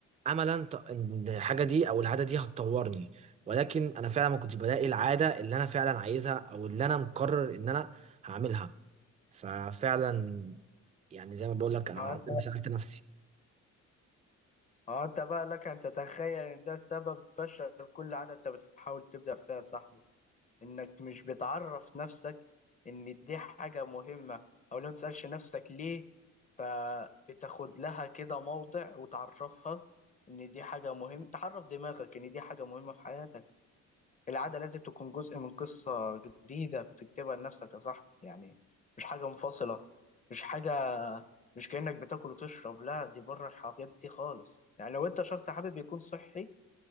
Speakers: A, on the right; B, on the left.
A: املا ط- ان الحاجة دي او العادة دي هتطورني ولكن انا فعلا ما كنتش بلاقي العاده اللي انا فعلا عايزها او اللي انا مقرر ان انا هعملها ففعلا يعني زي ما بقول لك انا
B: فأنت
A: عمري ما سالت نفسي
B: أنت بقى لك أن تتخيل إن ده سبب فشل كل عادة أنت بتحاول تبدأ فيها يا صاحبي إنك مش بتعرف نفسك إن دي حاجة مهمة أو لو متسألش نفسك ليه فبتاخد لها كده موضع وتعرفها إن دي حاجة مهمة تعرف دماغك إن دي حاجة مهمة في حياتك العادة لازم تكون جزء من قصة جديدة بتكتبها لنفسك يا صاحبي يعني مش حاجة منفصلة مش حاجة مش كأنك بتاكل وتشرب لا دي بره الحاجات دي خالص يعني لو انت شخص حابب يكون صحي